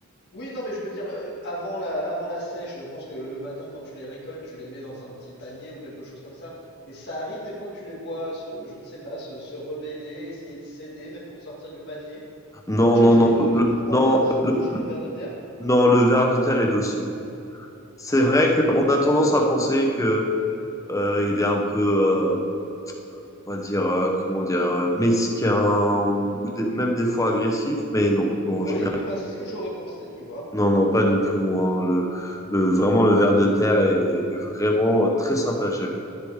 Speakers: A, on the left; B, on the left.
A: Oui, non, mais je veux dire, euh, avant la, avant la sèche, je pense que le matin, quand tu les récoltes, tu les mets dans un petit panier ou quelque chose comme ça. Et ça arrive des fois que tu les vois, se- je ne sais pas, se, se rebeller, essayer de céder, même pour sortir du panier.
B: Non,
A: T'as déjà
B: non,
A: essayé
B: non,
A: de, de
B: le,
A: comprendre
B: non,
A: la psychologie
B: le,
A: du ver de terre?
B: non, le ver de terre est docile. C'est
A: D'accord,
B: vrai qu'on
A: je comprends.
B: a tendance à penser que euh, il est un peu, euh, on va dire, euh, comment dire, euh, mesquin ou, ou des- même des fois agressif, mais non, non,
A: Oui,
B: en général.
A: oui, bah c'est ce que j'aurais pensé, tu vois.
B: Non, non, pas du tout. hein. Le, le- vraiment, le ver de terre est, est vraiment euh, très simple à gérer.